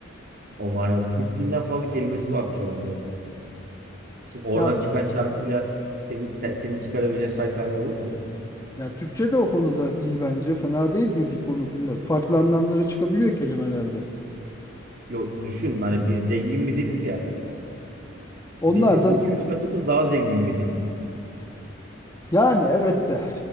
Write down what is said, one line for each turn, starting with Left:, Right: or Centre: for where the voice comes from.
Right: O manada 40 binden fazla kelimesi varmış adamların. Şimdi oradan
Left: Ya
Right: çıkan şarkıyla senin sen- senin çıkarabileceğin şarkı aynı olur mu?
Left: Ya Türkçe de o konuda iyi bence. Fena değil müzik konusunda. Farklı anlamlara çıkabiliyor kelimelerde.
Right: Yok düşün hani biz zengin bir diliz ya.
Left: Onlar
Right: Bizim
Left: da
Right: iki üç katımız daha zengin bir dil.
Left: yani evet de